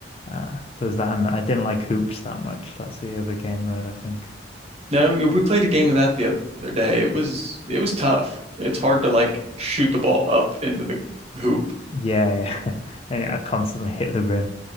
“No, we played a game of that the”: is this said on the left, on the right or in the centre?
Right